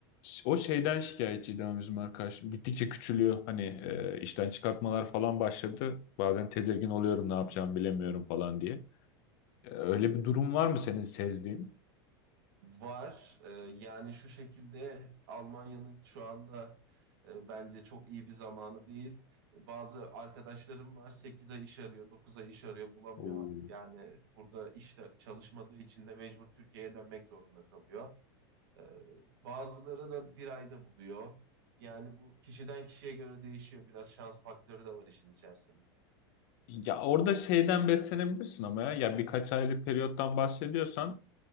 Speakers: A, on the left; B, on the right.
A: O şeyden şikayetçiydi ama bizim arkadaşım. Gittikçe küçülüyor. Hani e, işten çıkartmalar falan başladı. Bazen tedirgin oluyorum ne yapacağımı bilemiyorum falan diye. E, öyle bir durum var mı senin sezdiğin?
B: Var. Ee, yani şu şekilde Almanya'nın şu anda e, bence çok iyi bir zamanı değil. Bazı arkadaşlarım var 8 ay iş arıyor, 9 ay iş arıyor bulamıyor.
A: Oo.
B: Yani burada işte çalışmadığı için de mecbur Türkiye'ye dönmek zorunda kalıyor. Ee, bazıları da bir ayda buluyor. Yani bu kişiden kişiye göre değişiyor. Biraz şans faktörü de var işin içerisinde.
A: Ya orada şeyden beslenebilirsin ama ya. Ya birkaç aylık periyottan bahsediyorsan